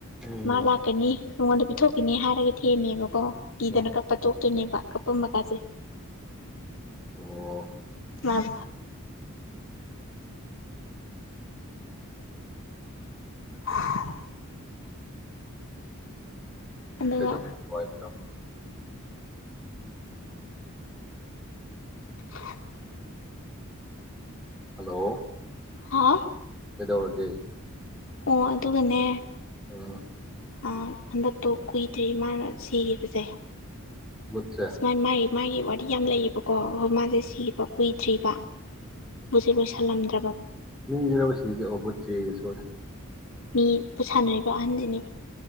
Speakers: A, in the centre; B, on the left.
A: ꯎꯝ
B: ꯃꯥ ꯂꯥꯛꯀꯅꯤ ꯃꯉꯣꯟꯗ ꯄꯤꯊꯣꯛꯈꯤꯅꯤ ꯍꯥꯏꯔꯒ ꯊꯦꯝꯃꯦꯕ ꯀꯣ ꯀꯤꯗꯅ
A: ꯎꯝ
B: ꯀꯄ ꯇꯣ ꯇꯣꯏꯅꯦꯕ ꯀꯄꯝꯒꯁꯦ
A: ꯑꯣ
B: ꯑ ꯎꯝ <inaudible> ꯑꯗꯨꯒ
A: ꯀꯩꯗꯧ
B: <inaudible>
A: ꯍꯜꯂꯣ
B: ꯍꯥꯥ
A: ꯀꯩꯗꯧꯔꯒꯦ
B: ꯑꯣ ꯑꯗꯨꯒꯅꯦ
A: ꯑꯥ
B: ꯑ ꯍꯟꯗꯛꯇꯣ ꯀꯨꯏꯗ꯭ꯔꯤ ꯃꯥꯅ ꯁꯤꯈꯤꯕꯁꯦ
A: ꯕꯨꯠꯁꯦ
B: ꯑꯁ ꯃꯥꯥꯏ ꯃꯥ ꯃꯥꯒꯤ ꯋꯥ ꯌꯥꯝ ꯂꯩꯌꯦꯕꯀꯣ ꯍꯣ ꯃꯥꯁꯦ ꯁꯤꯕ ꯀꯨꯏꯗ꯭ꯔꯤꯕ ꯃꯨꯖꯦꯂꯣꯏꯁꯤꯟꯂꯝꯗ
A: ꯖꯦꯕꯨꯣ ꯁꯤꯗꯦ ꯑꯣꯕ ꯆ ꯆꯩ ꯌꯦꯁꯣ ꯃꯅꯦ <unintelligible>
B: ꯃꯤꯕꯨ ꯁꯥꯟꯅꯔꯤꯕ ꯑꯍꯟꯗꯨꯅꯤ